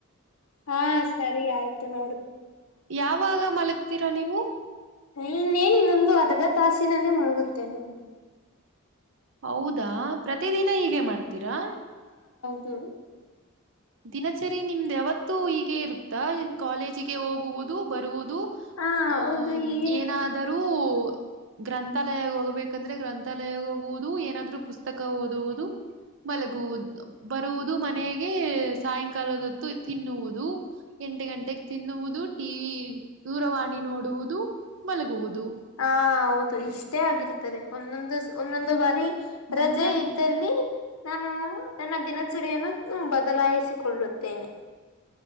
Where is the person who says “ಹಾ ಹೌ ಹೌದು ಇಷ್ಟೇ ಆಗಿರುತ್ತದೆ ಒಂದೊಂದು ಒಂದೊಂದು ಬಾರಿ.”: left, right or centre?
Left